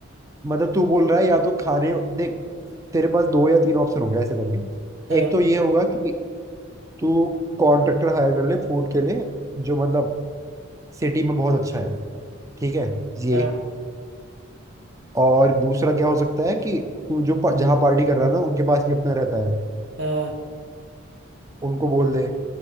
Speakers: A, on the right; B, on the right.
A: मतलब तू बोल रहा है या तो खाने देख तेरे पास दो या तीन ऑप्शन होंगे ऐसे करके
B: हाँ
A: एक तो ये होगा कि तू कॉन्ट्रैक्टर हायर कर ले फूड के लिए जो मतलब सिटी में बहुत अच्छा है ठीक है ये
B: हाँ
A: और दूसरा क्या हो सकता है कि तू जो प- जहाँ पार्टी कर रहा है ना उनके पास भी अपना रहता है
B: हाँ
A: उनको बोल दे